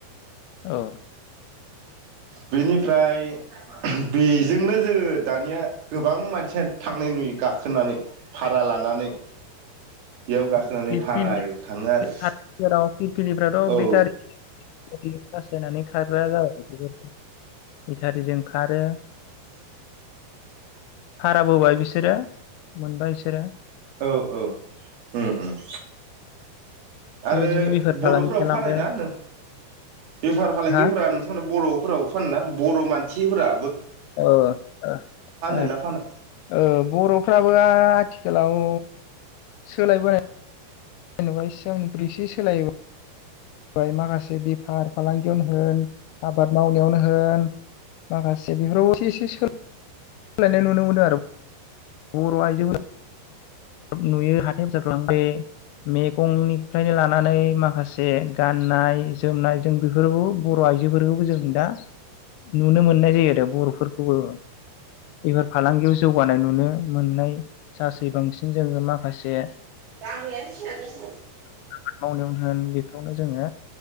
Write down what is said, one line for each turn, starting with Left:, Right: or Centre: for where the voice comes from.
Left: ओ
Right: बेनिफ्राय बेजोंनो जोंङो दानिया गोबां मानसिया थांनाय नुयो गाखोनानै । भारा लानानै बेयाव गाखोनानै
Left: ओम पिल
Right: भारायाव
Left: पिलि
Right: थाङो आरो
Left: बेटारिफोराव पिलपिलिफ्राथ'
Right: औ
Left: बेटारि सार्च होनानै खाग्रा जाबाय <unintelligible> बेथारिजों खारो भाराबोबाय बिसोरो मोनबाय बिसोरो
Right: औ औ ओम ओम आरो
Left: बेबायदिनो बेफार
Right: बर'फोराबो
Left: फालांगि खालामबाय
Right: फानोना नों बेफार फालांगिफोरा
Left: हा
Right: नोंथांमोना बर' फोरावबो फानोना बर' मानसिफोरा
Left: ओ आ आ
Right: ना फाना?
Left: औ बर'फ्राबो आथिखालाव सोलायबोनाय! जेनेबा सिगांनिख्रइ एसे सोलायोब। जाय माखासे बेफार फालांगियावनो होन आबाद मावनायावनो होन माखासे बेफोराव एसे एसे सोल सोलायनाय नुनो मोनो आरो बर' आइजो नुयो हाथाय जाखां बे मेगंनिफ्रायनो लानानै माखासे गाननाय जोमनाय जों बेफोरखौ बर' आइजोफोरखौबो जों दा नुनो मोननाय जायो। आरो बर'फोरखौबो बेफोरार फालांगियाव जौगानाय नुनो मोननाय सासै बांसिन जोङो माखासे
Right: <unintelligible>
Left: आबाद मावनायावनो होन बेफोरावनो जोङो